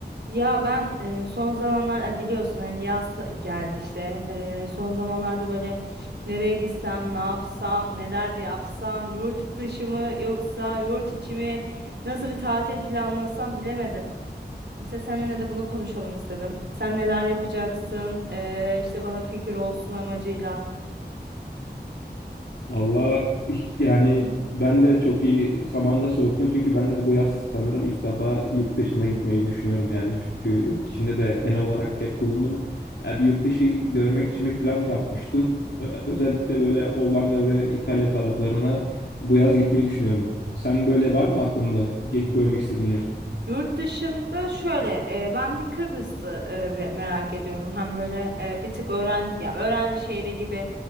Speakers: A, on the right (about 75°); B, on the left (about 85°).
A: Ya ben e, son zamanlar e, biliyorsun hani yaz geldi işte E, son zamanlarda böyle nereye gitsem ne yapsam neler yapsam yurt dışı mı yoksa yurt içi mi nasıl bir tatil planlasam bilemedim. İşte seninle de bunu konuşalım istedim. Sen neler yapacaksın E, işte bana fikir olsun amacıyla.
B: Valla yani ben de çok iyi zamanda sordun çünkü ben de bu yaz sanırım ilk defa yurt dışına gitmeyi düşünüyorum yani çünkü yurt içinde de genel olarak hep bulundum. Yani bir yurt dışı görmek için bir plan yapmıştım. Ö- Özellikle böyle Hollanda ve İtalya taraflarına bu yaz gitmeyi düşünüyorum. Sen böyle var mı aklında ge- görmek istediğin yer?
A: Yurt dışında şöyle e, ben bir Kıbrıs'ı e, ve- merak ediyorum. Hem böyle e, bir tık öğrenci ya öğrenci şehri gibi